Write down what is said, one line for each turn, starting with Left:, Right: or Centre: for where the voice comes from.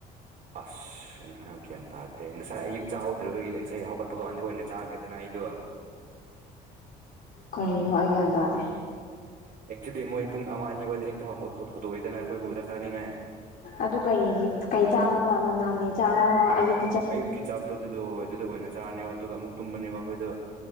Right: ꯑꯁ ꯑꯩꯅ ꯍꯥꯏꯕ ꯒ꯭ꯌꯥꯟ ꯇꯥꯗ꯭ꯔꯦ ꯉꯁꯥꯏ ꯑꯌꯨꯛ ꯆꯥꯍꯧꯗ꯭ꯔꯕꯒꯤ ꯉꯁꯥꯏ ꯍꯧꯒꯠꯄ ꯀꯥꯟꯗ ꯑꯣꯏꯅ ꯆꯥꯒ꯭ꯔꯦꯗꯅ ꯑꯩꯗꯨ
Left: ꯀꯔꯤꯅꯣ ꯑꯩ ꯒ꯭ꯌꯥꯟ ꯇꯥꯗꯦ
Right: ꯑꯦꯛꯆ꯭ꯋꯦꯂꯤ ꯃꯣꯏ ꯄꯨꯡ ꯑꯃꯥ ꯑꯅꯤꯋꯥꯏꯗ ꯍꯦꯛꯇ ꯍꯧ ꯍꯧ ꯍꯧꯗꯣꯛꯏꯗꯅ ꯑꯩꯈꯣꯏꯕꯨ ꯆꯥꯛ ꯆꯥꯅꯤꯡꯉꯥꯏ
Left: ꯑꯗꯨ ꯀꯩꯒꯤ ꯀꯩ ꯆꯥꯛꯅꯣꯕ ꯅꯨꯡꯗꯥꯡꯒꯤ ꯆꯥꯛꯔꯥ ꯑꯌꯨꯛ
Right: ꯑꯌꯨꯛꯀꯤ ꯆꯥꯛꯇꯣ ꯑꯗꯨꯗꯣ ꯑꯗꯨꯗꯣ ꯑꯣꯏꯅ ꯆꯥꯅꯦꯕ ꯑꯗꯨꯒ ꯑꯃꯨꯛ ꯇꯨꯝꯃꯅꯦꯕ ꯑꯈꯣꯏꯗꯨ